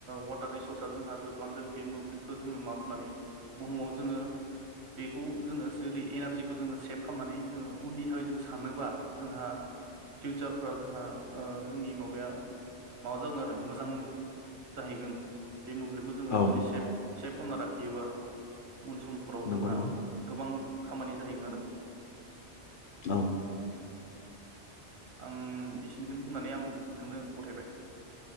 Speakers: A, on the right; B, on the left.
A: वाटार रिसर्सा जोंहा जोबलांदों बे मोब्लिबखौ जोङो मा खालामनानै बुहुमाव जोङो बेखौ जोङो जेरै एनारजिखौ बेखौ जोङो सेभ खालामनानै जोङो उननि थाखाय जों सानोबा जोंहा फिउचार फाव जोंहा ओ जोंनि माबाया माबा जागोन आरो मोजां जाहैगोन। बे मोब्लिबखौ जोङो
B: औ
A: जुदि सेभ खालामना लाखि गेवा। उन समफोराव
B: नंगौ
A: जोंहा
B: नंगौ
A: गोबां खामानि जाहै बिनो
B: औ।
A: आं बिसिनिखौनो बुंनानै आं बिथांनो गथायबाय